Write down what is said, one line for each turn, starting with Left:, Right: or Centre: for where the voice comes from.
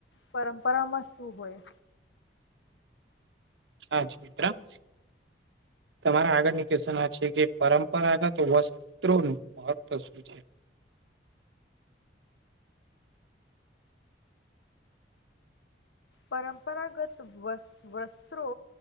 Left: પરંપરામાં શું હોય?
Right: <unintelligible> તમારા આગળની ક્વેશ્ચન છે કે પરંપરાગત વસ્તુ <unintelligible>
Left: પરંપરાગત વસ્ વસ્ત્રો